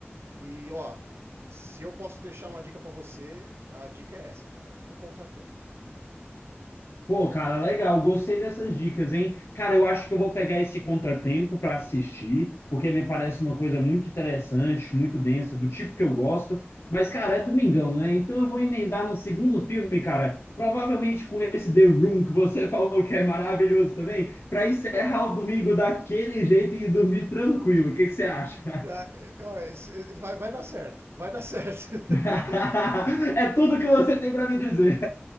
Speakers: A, on the right; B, on the left.
A: E ó, se eu posso deixar uma dica pra você, a dica é essa, cara. Um contratempo.
B: Pô, cara, legal, gostei dessas dicas, hein? Cara, eu acho que eu vou pegar esse contratempo para assistir, porque me parece uma coisa muito interessante, muito densa, do tipo que eu gosto. Mas, cara, é domingão, né? Então eu vou emendar no segundo filme, cara, provavelmente com esse The Room que você <laughs> falou que é maravilhoso também, para encerrar o domingo daquele jeito e dormir tranquilo. O que que você acha?
A: Ah, é, ó, esse- é, Vai, vai dar certo, vai dar certo. <laughs>
B: <laughs> É tudo que você tem para me dizer.